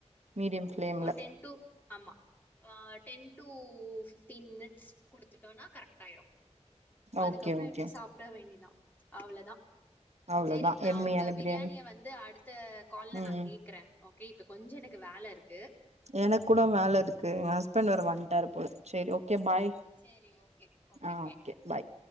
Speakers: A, on the right; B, on the left.
A: மீடியம் ஃப்ளேம்ல
B: ஓ டென் டு ஆமா ஆ டென் டூ ஃபிப்டீன் மினிட்ஸ் குடுத்துட்டோன்னா கரெக்ட் ஆயிரு அதுக்கப்றோ
A: ஓகே ஓகே
B: எடுத்து சாப்பிட வேண்டிதா அவ்ளதா
A: அவ்ளோதா
B: சேரி நா
A: எம்மியான
B: உங்க பிரியாணிய
A: பிரியாணி
B: வந்து அடுத்த கால்ல
A: ம்
B: நா கேக்கற ஓகே இப்ப கொஞ்சோ எனக்கு வேல இருக்கு
A: எனக் கூட வேல இருக்கு எ ஹஸ்பண்ட் வேற வ வண்டார்போல சேர் ஓகே கே பாய்
B: சேரி ஓகே
A: ஆஹ
B: பாய்
A: ஓகே பாய்